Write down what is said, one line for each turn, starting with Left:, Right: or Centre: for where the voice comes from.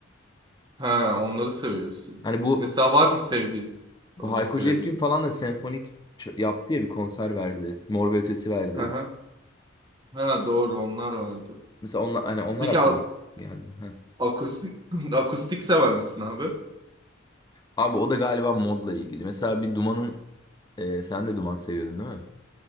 Right: Ha onları seviyorsun.
Left: Hani bu
Right: Mesela var mı sevdiğin?
Left: bu
Right: Örnek
Left: Hayko
Right: verebilirim.
Left: Cepkin falan da senfonik ç- yaptı ya bir konser verdi. Mor ve Ötesi verdi.
Right: Aha. Ha doğru onlar vardı.
Left: Mesela onlar, hani onlar
Right: Peki
Left: aklıma
Right: a-
Left: geldi. Heh.
Right: akustik <laughs> akustik sever misin abi?
Left: Abi o da galiba modla ilgili. Mesela bir Duman'ın e, sen de Duman seviyordun değil mi?